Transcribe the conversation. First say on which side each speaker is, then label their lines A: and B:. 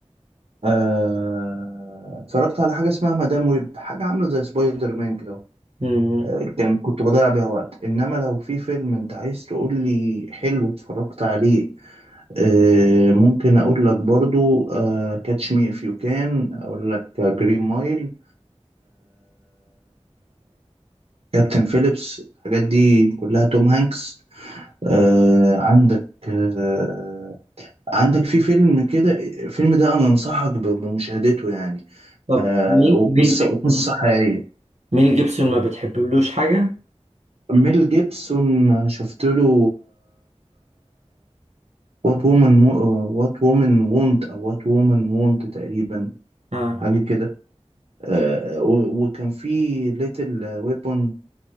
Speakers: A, on the right (about 65°); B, on the right (about 85°).
A: آه، اتفرجت على حاجة اسمها مدام ويب حاجة عاملة زي سبايدر مان كده
B: مم.
A: آه، كان كنت بضيع بيها وقت إنما لو في فيلم أنت عايز تقول لي حلو اتفرجت عليه آه، ممكن اقول لك برضو كاتش مي اف يو كان اقول لك جرين مايل كابتن فيليبس الحاجات دي كلها توم هانكس آه، عندك آه، عندك في فيلم كده الفيلم ده انا انصحك بمشاهدته يعني
B: طب
A: آه،
B: ميل
A: وقصة
B: ميل جيبسون
A: وقصة حقيقية
B: ميل جيبسون ما بتحبلوش حاجة؟
A: ميل جيبسون شفت له وات وومن وات وومن وونت او وات وومن وونت تقريبا
B: اه
A: حاجة كده آه، و- وكان في ليتل ويبون